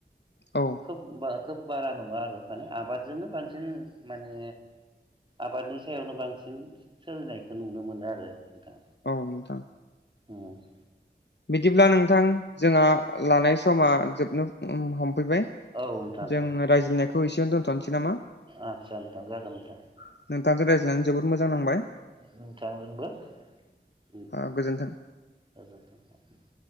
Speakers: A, on the left (about 75°); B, on the right (about 25°).
A: औ
B: खोब बा खोब बारा नङा आरो माने आबादजोंनो बांसिन माने आबादनि सायावनो बांसिन सोलिनायखो नुनो मोनो आरो नोंथां।
A: औ नोंथां।
B: ओं ।
A: बिदिब्ला नोंथां जोंहा लानाय समा जोबनो उम हम <unintelligible>
B: औ नोंथां
A: जों
B: औ
A: रायज्लायनाखौ
B: औ
A: एसेआवनो दोनथनोसै नामा <unintelligible>
B: आदसा नोंथां जागोन नोंथां
A: ज्लायनानै जोबोद मोजां नांबाय ।
B: नोंथांजोंबो ओम
A: ओ गोजोन्थों
B: गोजोनथों । <inaudible>